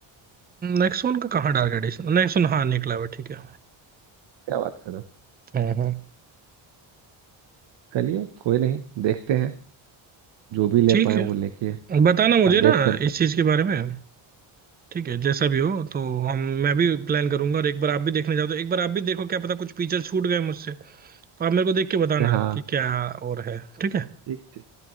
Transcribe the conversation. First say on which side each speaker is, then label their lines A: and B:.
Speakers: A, on the right (about 20°); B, on the right (about 60°).
A: नेक्सॉन का कहाँ डार्क एडिशन नेक्सॉन हाँ निकला हुआ है, ठीक है
B: क्या बात कर रहे हो
A: हाँ हाँ
B: चलिए कोई नहीं देखते हैं जो भी ले
A: ठीक
B: पाए
A: है
B: वो लेके
A: बताना मुझे
B: अपडेट
A: ना
B: करते
A: इस
B: हैं।
A: चीज के बारे में ठीक है जैसा भी हो तो हम मैं भी प्लान करूंगा और एक बार आप भी देखने जाओ तो एक बार आप भी देखो क्या पता कुछ फीचर छूट गए मुझसे तो आप मेरे को देख के बताना
B: हाँ
A: कि क्या और है ठीक है
B: ठीक ठीक